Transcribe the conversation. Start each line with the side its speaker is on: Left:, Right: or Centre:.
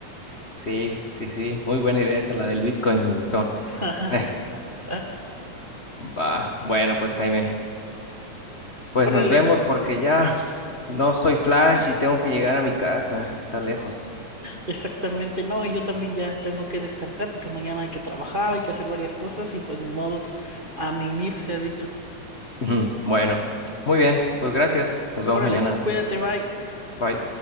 Left: sí, sí, sí, muy buena idea esa, la del Bitcoin, me gustó.
Right: <laughs>
Left: Eh,
Right: Ah,
Left: va, bueno, pues Jaime, pues
Right: Órale,
Left: nos vemos porque ya no soy Flash y tengo que llegar a mi casa, está lejos.
Right: exactamente, no, y yo también ya tengo que descansar porque mañana hay que trabajar, hay que hacer varias cosas y pues ni modos, a mimir se ha dicho.
Left: <laughs> Ujú, Bueno, muy bien, pues gracias, nos vemos
Right: Órale,
Left: mañana.
Right: cuídate, bye.
Left: Bye.